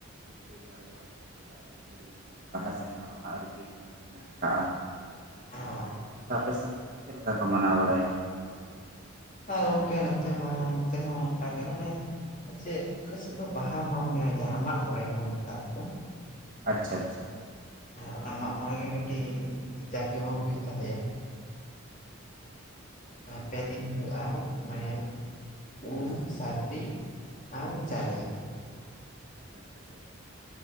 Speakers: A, on the right; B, on the left.
A: ᱤᱱᱠᱟᱹ ᱜᱮ ᱟᱵᱚᱣᱟᱜ ᱥᱚᱨᱚᱦᱟᱭ ᱟᱹᱨᱤᱪᱟᱹᱞᱤ ᱢᱮᱱᱟᱜᱼᱟ ᱞᱟᱦᱟ ᱥᱮᱱ ᱟᱨᱦᱚ ᱦᱟᱸᱜ ᱨᱤᱸᱛᱤ ᱨᱮᱭᱟᱡ ᱢᱮᱱᱟᱜ ᱠᱟᱜᱼᱟ
B: ᱚ
A: ᱜᱚᱠᱮ ᱟᱯᱮ ᱥᱮᱱ ᱫᱚ ᱦᱟᱸᱜ ᱪᱮᱫ ᱞᱮᱠᱟ ᱠᱚ ᱢᱟᱱᱟᱣ ᱵᱟᱲᱟᱭ ᱜᱮᱭᱟ
B: ᱦᱮ ᱜᱚᱢᱠᱮ ᱱᱟᱛᱮ ᱦᱚᱸ ᱚᱱᱠᱟ ᱜᱮ ᱢᱟᱱᱮ ᱪᱮᱫ ᱟᱞᱮᱥᱮᱫ ᱫᱚ ᱵᱟᱦᱟ ᱢᱟ ᱢᱟᱱᱮ ᱡᱟᱦᱟᱸ ᱢᱟᱜ ᱢᱚᱬᱮ ᱵᱚᱱ ᱢᱮᱛᱟᱜ-ᱟ?
A: ᱟᱪᱪᱷᱟ ᱟᱪᱪᱷᱟ
B: ᱚᱱᱟ ᱢᱟᱸᱜ ᱢᱚᱬᱮ ᱜᱮ ᱠᱟᱹᱴᱤᱡ ᱡᱟᱠ ᱡᱚᱢᱚᱠ ᱦᱩᱭᱩᱜ ᱛᱟᱞᱮᱭᱟ ᱯᱮ ᱫᱤᱱ ᱦᱩᱭᱩᱜ-ᱟ ᱢᱟᱱᱮ ᱩᱢ ᱥᱟᱹᱨᱫᱤ ᱟᱨ ᱡᱟᱞᱮ
A: ᱟᱪᱪᱷᱟ